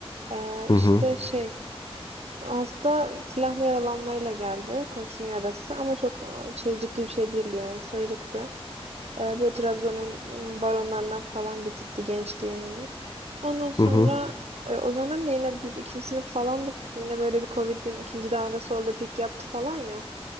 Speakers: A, on the right; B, on the left.
A: Ee,
B: Hı
A: işte
B: hı
A: şey Hasta silahlı yaralanmayla geldi. Kurşun yarası ama çok e, şey ciddi bir şey değildi yani sıyrıktı. E, Böyle Trabzon'un m, baronlarından falan bir tipti gençti yani. Ondan sonra
B: hı hı
A: e, o zaman da yine biz ikinci sınıf falandık. Yine böyle bir Covid'in ikinci dalgası oldu, pik yaptı falan ya.